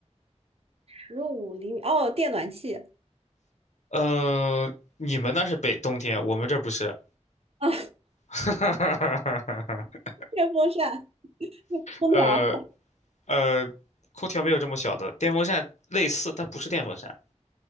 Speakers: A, on the right; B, on the left.
A: 十五厘米。哦，电暖气
B: 嗯、呃你们那是北冬天，我们这不是。
A: 啊，
B: <laughs>
A: 电风扇、空调
B: 呃呃，空调没有这么小的，电风扇类似，但不是电风扇。